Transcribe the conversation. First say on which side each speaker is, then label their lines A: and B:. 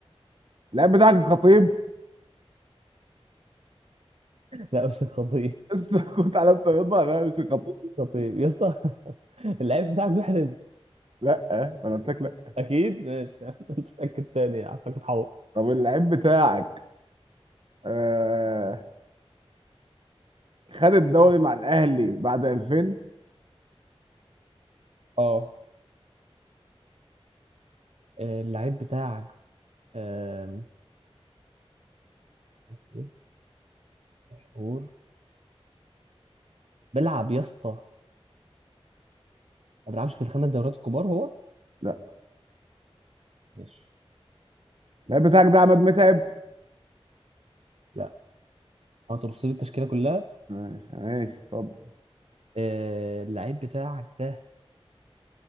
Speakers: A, on the right; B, on the right.
A: اللعيب بتاعك الخطيب
B: لا مش خطيب
A: لسه كنت على الطريقه لا مش الخطيب
B: خطيب يا اسطى <laughs> اللعيب بتاعك محرز
A: لا انا قلت لك لا
B: اكيد ماشي <laughs> انت تتاكد تاني حاسسك بتحور
A: طب اللعيب بتاعك آه خد الدوري مع الاهلي بعد 2000
B: اه اللعيب بتاعك آم، مصري مشهور بيلعب يا اسطى ما بيلعبش في الخمس دوريات الكبار هو
A: لا
B: ماشي
A: اللعيب بتاعك ده عماد متعب
B: لا هترص لي التشكيله كلها
A: ماشي ماشي اتفضل
B: آه، اللعيب بتاعك ده